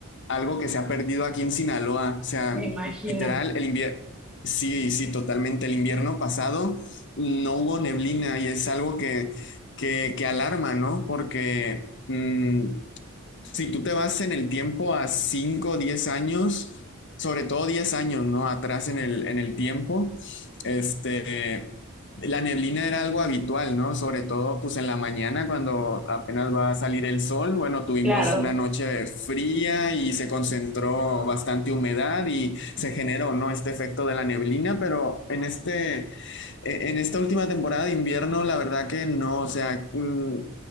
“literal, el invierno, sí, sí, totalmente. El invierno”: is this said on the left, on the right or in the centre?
Left